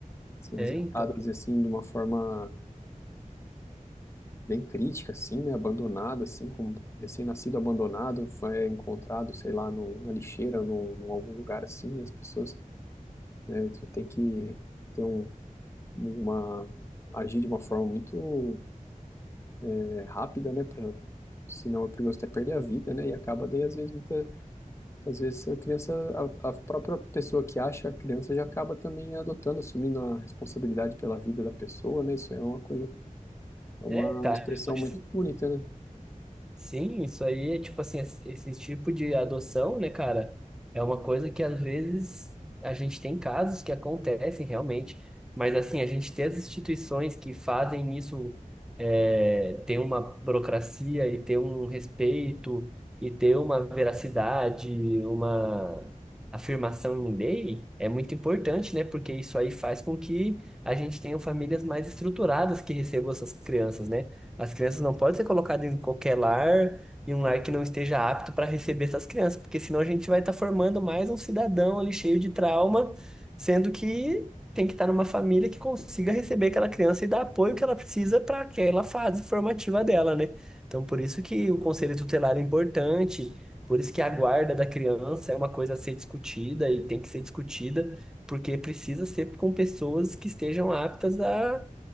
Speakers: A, on the left; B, in the centre.
A: São
B: É,
A: resgatadas,
B: então.
A: assim, de uma forma bem crítica, assim, né? Abandonada, assim, como recém-nascido abandonado, foi encontrado, sei lá, no, na lixeira, num, num algum lugar assim. As pessoas, né, já tem que ter um, uma agir de uma forma muito é, rápida, né? Pra, senão é perigoso até perder a vida, né? E acaba daí, às vezes, muita, às vezes a criança, a, a própria pessoa que acha a criança já acaba também adotando, assumindo a responsabilidade pela vida da pessoa, né? Isso é uma coisa, é uma
B: É, cara,
A: expressão
B: acho
A: muito
B: que
A: bonita, né?
B: sim, isso aí é tipo assim, esse esse tipo de adoção, né, cara, é uma coisa que às vezes a gente tem casos que acontecem realmente, mas assim, a gente ter as instituições que fazem isso é, ter uma burocracia e ter um respeito e ter uma veracidade, uma afirmação em lei é muito importante, né, porque isso aí faz com que a gente tenha famílias mais estruturadas que recebam essas crianças, né? As crianças não podem ser colocadas em qualquer lar, em um lar que não esteja apto para receber essas crianças, porque senão a gente vai estar formando mais um cidadão ali cheio de trauma, sendo que tem que estar numa família que consiga receber aquela criança e dar apoio que ela precisa para aquela fase formativa dela, né? Então, por isso que o conselho tutelar é importante, por isso que a guarda da criança é uma coisa a ser discutida e tem que ser discutida, porque precisa ser com pessoas que estejam aptas a